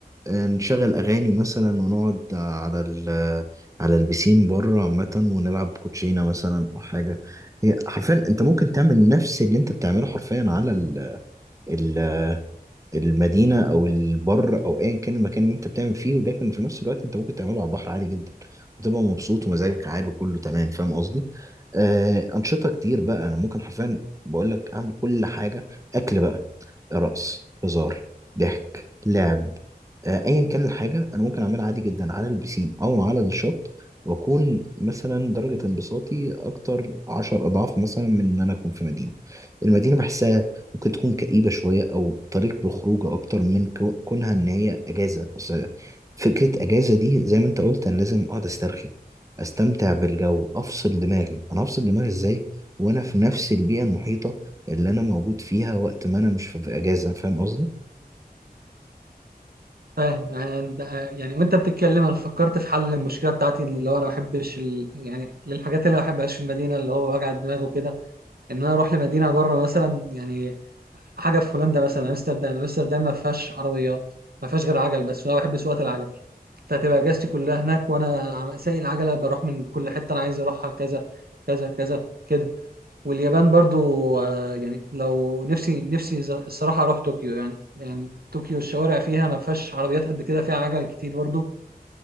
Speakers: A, on the right; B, on the right.
A: آه، نشغل أغاني مثلا ونقعد على ال على البسين بره عامة ونلعب كوتشينة مثلا أو حاجة هي حرفيا أنت ممكن تعمل نفس اللي أنت بتعمله حرفيا على ال المدينة أو البر أو أيا كان المكان اللي أنت بتعمل فيه ولكن في نفس الوقت أنت ممكن تعمله على البحر عادي جدا وتبقى مبسوط ومزاجك عالي وكله تمام فاهم قصدي؟ آه أنشطة كتير بقى أنا ممكن حرفيا بقول لك أعمل كل حاجة أكل بقى رقص هزار ضحك لعب آه، ايا كان الحاجه انا ممكن اعملها عادي جدا على البسين او على الشط واكون مثلا درجه انبساطي اكتر عشر اضعاف مثلا من ان انا اكون في مدينه المدينه بحسها ممكن تكون كئيبه شويه او طريق بالخروج اكتر من كو- كونها ان هي اجازه اصل فكره اجازه دي زي ما انت قلت انا لازم اقعد استرخي استمتع بالجو افصل دماغي انا هفصل دماغي ازاي وانا في نفس البيئه المحيطه اللي انا موجود فيها وقت ما انا مش في في اجازه فاهم قصدي
B: فاهم يعني آه، يعني وانت بتتكلم انا فكرت في حل المشكله بتاعتي اللي هو انا ما بحبش ال... يعني للحاجات اللي ما بحبهاش في المدينه اللي هو وجع الدماغ وكده ان انا اروح لمدينه بره مثلا يعني حاجه في هولندا مثلا امستردام امستردام ما فيهاش عربيات ما فيهاش غير عجل بس وانا بحب سواقه العجل فهتبقى اجازتي كلها هناك وانا عم- سايق العجله بروح من كل حته انا عايز اروحها كذا كذا كذا كده واليابان برضو آه، يعني لو نفسي نفسي ز- الصراحه اروح طوكيو يعني يعني طوكيو الشوارع فيها ما فيهاش عربيات قد كده فيها عجل كتير برضو